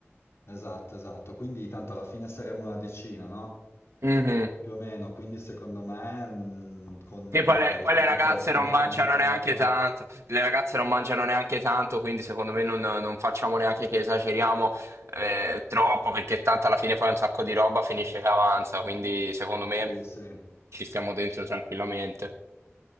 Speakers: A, on the left; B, on the right.
A: esatto, esatto, quindi tanto alla fine saremo una decina, no?
B: Mhm.
A: Più o meno, quindi secondo me, mh, con,
B: E
A: guarda,
B: poi le,
A: io
B: poi
A: ti
B: le
A: dico
B: ragazze
A: con
B: non
A: 30
B: mangiano neanche
A: euro.
B: tanto, le ragazze non mangiano neanche tanto, quindi secondo me non, non facciamo neanche che esageriamo eh, troppo, perché tanto alla fine fai un sacco di roba, finisce che avanza, quindi secondo
A: Sì,
B: me
A: sì,
B: ci stiamo dentro tranquillamente.